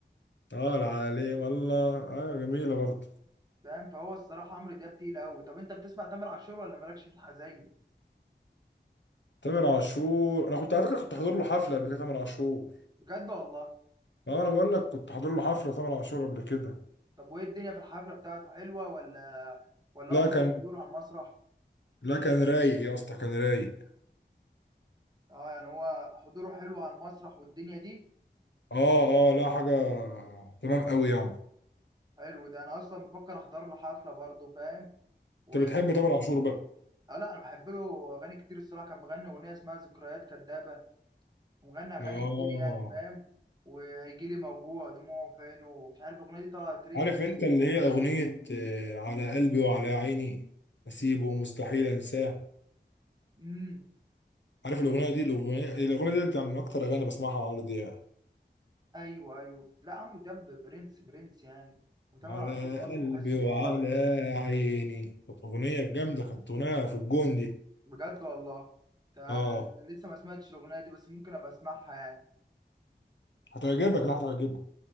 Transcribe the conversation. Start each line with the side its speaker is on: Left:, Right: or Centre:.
Left: اه العليم الله اه جميله برضه
Right: فاهم فهو الصراحه عمرو دياب تقيل قوي طب انت بتسمع تامر عاشور ولا مالكش في الحزين
Left: تامر عاشور انا كنت على فكره كنت حاضر له حفله قبل كده تامر عاشور
Right: بجد والله
Left: اه انا بقول لك كنت حاضر له حفله تامر عاشور قبل كده
Right: طب وايه الدنيا في الحفله بتاعته حلوه ولا ولا
Left: لا
Right: هو
Left: كان
Right: ملوش حضور على المسرح
Left: لا كان رايق يا اسطى كان رايق
Right: اه يعني هو حضوره حلو على المسرح والدنيا دي
Left: اه اه لا حاجه تمام قوي يعني
Right: حلو ده انا اصلا بفكر احضر له حفله برضه فاهم
Left: انت
Right: و...
Left: بتحب تامر عاشور بقى
Right: آه لا انا بحب له اغاني كتير الصراحه كان مغني اغنيه اسمها ذكريات كدابه ومغني اغاني
Left: اه
Right: كتير يعني فاهم وهيجي لي موجوع دموعه فين ومش عارف الاغنيه دي طالعه ترند
Left: عارف انت اللي هي اغنيه آه، على قلبي وعلى عيني اسيبه مستحيل انساه
Right: امم
Left: عارف الاغنيه دي الاغنيه الاغنيه دي كانت من اكتر اغاني بسمعها على عمرو دياب
Right: ايوه ايوه لا عمرو دياب برنس برنس يعني وتامر
Left: على
Right: عاشور برضه
Left: قلبي
Right: بحس ان
Left: وعلى
Right: هو
Left: عيني كانت أغنية جامدة كانت أغنية في الجون دي
Right: بجد والله ده
Left: اه
Right: انا لسه ما سمعتش الاغنيه دي بس ممكن ابقى اسمعها يعني
Left: هتعجبك لا هتعجبك